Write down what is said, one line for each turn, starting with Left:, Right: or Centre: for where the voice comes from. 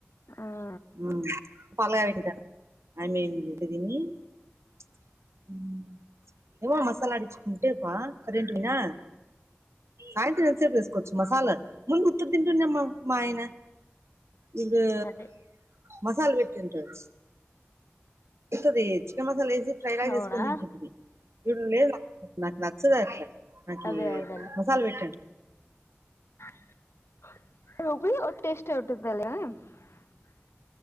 Left: ఆ
Right: హ్న్ పాలు కగా పెట్టిన తర్వతా ఐ మిన్ మేము <inaudible> హ్మ్ ఎమె మసాలా అడిచు ఉంటేపా కరెంట్ వినా ఆయన తినసేపు వేసుకోవచ్చు మసాలా ముందు ఉత్త తింటుండమ్మా మా ఆయన ఇగా
Left: అదే
Right: మసాలా పేట్టిండోచ్చు వస్తుంది చికెన్ మసాలా వేసి ఫ్రై లాగా చెసుకొని
Left: అవునా
Right: తింటుంటంది ఇప్పుడు లేదు నాక్ నాక్ ఉత్తద అట్ల నాకి
Left: అదే అదేలే
Right: మసాలా పెట్ట
Left: <inaudible>